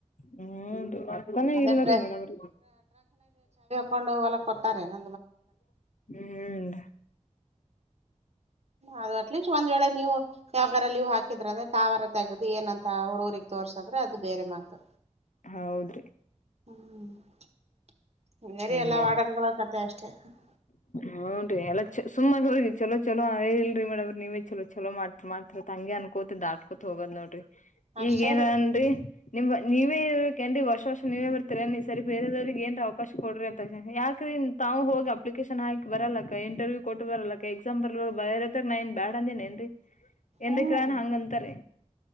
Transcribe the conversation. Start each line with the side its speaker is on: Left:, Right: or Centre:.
Left: ಹ್ಮ ಬತ್ತನೆ
Right: ಅದೇನ್
Left: ಇಲ್ಲರಿ ಮೇಡಂ ಅವ್ರ.
Right: ತೊಂಡ್ ಹೊಲಕ್ ಕೊಟ್ಟಾರೇನ.
Left: ಹ್ಮ್.
Right: ಅದು ಅಟ್ಲೀಸ್ಟ್ ಒಂದ ವೇಳೆ ನೀವು ಯಾವಾಗಾರ ಲೀವ್ ಹಾಕಿದ್ರ ಅಂದ್ರೆ ತಾವರ ತೆಗುದು ಏನಂತ್. ತ್ ಅವ್ರ್ ಅವ್ರಿಗ್ ತೋರ್ಸಿದ್ರೆ ಅದು ಬೇರೆ ಮಾತು.
Left: ಹೌದ್ರಿ
Right: ಹ್ಮ್ ಹ ಹಂಗರಿ
Left: ಹಿಂಗೆ
Right: ಎಲ್ಲಾ ವಾಡನ್ಗಳ ಕತೆೆ ಅಷ್ಟೇ. <unintelligible>
Left: ಹ್ನ್ ರೀ ಎಲ್ಲ ಚ ಸುಮ್ಮಗೆ ಚಲೋ ಚಲೋ ಇಲ್ರಿ ಮೇಡವ್ರೀ ನೀವೇ ಚಲೋ ಚಲೋ ಮಾಡ್ತ್ ಮಾಡ್ತ. ತಂಗಿ ಅನ್ಕೋತ ದಾಟ್ಕೂತ್ ಹೋಗೋದ್ ನೋಡ್ರಿ
Right: ಅಷ್ಟೇ
Left: ಈಗ ಏನನ್ರಿ
Right: ರೀ
Left: ನಿಮ್ಮ ನೀವೆ. ಕೆನ್ ವರ್ಷ ವರ್ಷ ನೀವೇ ಬರ್ತಿರಿ ಎನ್ ಈ ಸರಿ ಬೇರೆದವ್ರಗ ಏನ್ ಅವಕಾಶ ಕೊಡ್ರಿ ಅಂತ ಯಾಕ್ರಿ. ತಾವು ಹೋಗಿ ಅಪ್ಲಿಕೇಶನ್ ಹಾಕ್ ಬರಲ್ಲಕ್ಕ ಇಂಟರ್ವ್ಯೂ ಕೊಟ್ಟು ಬರಲ್ಲಕ್ಕ ಎಕ್ಸಾಮ್ ಬರ್ಲ್ ಬರ ಯಾದ್ ನಾನ್ ಬ್ಯಾಡ ಅಂದೇನೇನ್ರಿ. ಏನ್ರಿ
Right: ಹ್ಮ್
Left: ಕಳಾನ ಹಂಗಂತಾರೆ